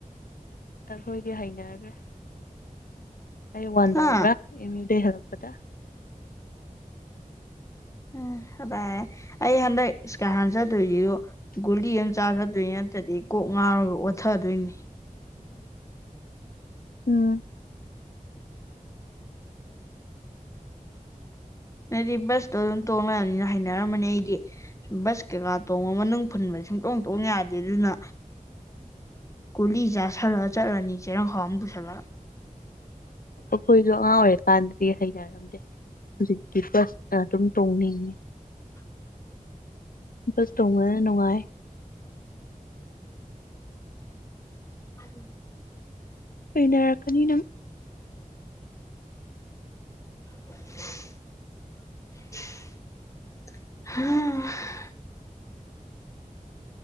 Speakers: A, on the left; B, on the left.
A: ꯑꯩꯈꯣꯏꯗꯤ ꯍꯩꯅꯔꯈ꯭ꯔꯦ ꯑꯩ ꯋꯥꯟꯗꯕ꯭ꯔꯥ
B: ꯍꯥ
A: ꯑꯦꯝ ꯌꯨꯗꯒꯤ ꯍꯜꯂꯛꯄꯗ
B: ꯎꯝ ꯑꯗꯩ ꯑꯩ ꯍꯟꯗꯛ ꯏꯁꯀꯥꯔꯁꯟ ꯆꯠꯇꯣꯏꯁꯤꯁꯨ ꯒꯨꯂꯤ ꯑꯃ ꯆꯥꯔ ꯆꯠꯇꯣꯏꯅꯦ ꯅꯠꯇ꯭ꯔꯗꯤ ꯀꯣꯛ ꯉꯥꯎꯔꯒ ꯑꯣꯠꯊꯗꯣꯏꯅꯤ
A: ꯎꯝ
B: ꯅꯣꯏꯗꯤ ꯕꯁꯇꯣ ꯑꯗꯨꯝ ꯇꯣꯡ ꯂꯩꯔꯕꯅꯤꯅ ꯍꯥꯏꯅꯔꯝꯃꯅꯤ ꯑꯩꯗꯤ ꯕꯁ ꯀꯩꯀꯥ ꯇꯣꯡꯉ ꯃꯅꯨꯡ ꯐꯨꯟꯕꯗ ꯁꯨꯡꯇꯣꯡ ꯇꯣꯡ ꯌꯥꯗꯦ ꯑꯗꯨꯅ ꯒꯨꯂꯤ ꯆꯥꯥꯁꯜꯂ ꯆꯠꯂꯅꯤ ꯆꯦꯔꯪ ꯈꯥꯎ ꯑꯃ ꯄꯨꯁꯜꯂ
A: ꯑꯩꯈꯣꯏꯁꯨ ꯑꯉꯥꯡ ꯑꯣꯏꯔ ꯀꯥꯟꯗꯗꯤ ꯍꯩꯅꯔꯝꯗꯦ ꯍꯧꯖꯤꯛꯇꯤ ꯕꯁ ꯑꯗꯨꯝ ꯇꯣꯡꯅꯤꯡꯉꯦ
B: <inaudible>
A: ꯕꯁ ꯇꯣꯡꯕꯅ ꯅꯨꯡꯉꯥꯏ
B: ꯎꯝ
A: ꯍꯩꯅꯔꯛꯀꯅꯤ ꯅꯪ
B: ꯍꯥ